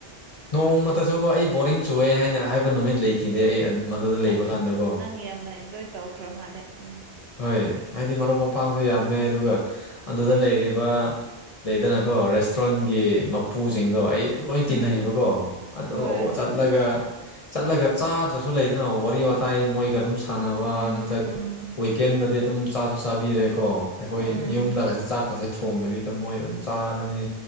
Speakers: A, on the left (about 45°); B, on the right (about 75°).
A: ꯅꯣꯡꯃꯇꯁꯨꯀꯣ ꯑꯩ ꯕꯣꯔꯤꯡ ꯆꯨꯑꯦ ꯍꯥꯏꯅ ꯍꯥꯏꯕ ꯅꯨꯃꯤꯠ ꯂꯩꯈꯤꯗꯦ ꯑꯩ ꯃꯗꯨꯗ
B: ꯑꯁ
A: ꯂꯩꯕ ꯀꯥꯟꯗꯀꯣ
B: ꯅꯪ ꯌꯥꯝꯅ ꯑꯦꯟꯖꯣꯏ ꯇꯧꯈ꯭ꯔ ꯃꯥꯂꯦ ꯎꯝ
A: ꯍꯣꯏ ꯍꯥꯏꯗꯤ ꯃꯔꯨꯞ ꯃꯄꯥꯡꯁꯨ ꯌꯥꯝꯃꯦ ꯑꯗꯨꯒ ꯑꯗꯨꯗ ꯂꯩꯔꯤꯕ ꯂꯩꯗꯅꯀꯣ ꯔꯦꯁꯇ꯭ꯔꯦꯟꯒꯤ ꯃꯄꯨꯁꯤꯡꯗꯣ ꯑꯩ ꯑꯗꯨꯝ ꯂꯣꯏ
B: ꯎꯝ
A: ꯇꯤꯟꯅꯩꯕꯀꯣ ꯑꯗꯨꯒꯠ
B: ꯍꯣꯏ
A: ꯆꯠꯂꯒ ꯆꯠꯂꯒ ꯆꯥꯗ꯭ꯔꯁꯨ ꯂꯩꯗꯅ ꯋꯥꯔꯤ ꯋꯥꯇꯥꯏ ꯃꯣꯏꯒ ꯑꯗꯨꯝ ꯁꯥꯟꯅꯕ
B: ꯎꯝ
A: ꯅꯠꯇ꯭ꯔꯒ
B: ꯎꯝ
A: ꯋꯤꯀꯦꯟꯗꯗꯤ ꯑꯗꯨꯝ ꯆꯥꯁꯨ ꯆꯥꯕꯤꯔꯦꯀꯣ ꯑꯩꯈꯣꯏ
B: ꯎꯝ
A: ꯌꯨꯝꯗꯒꯁꯨ ꯆꯥꯛꯀꯁꯨꯦ ꯊꯣꯡꯗꯕꯤꯗ ꯃꯣꯏꯗ ꯑꯗꯨꯝ ꯆꯥꯔꯅꯤ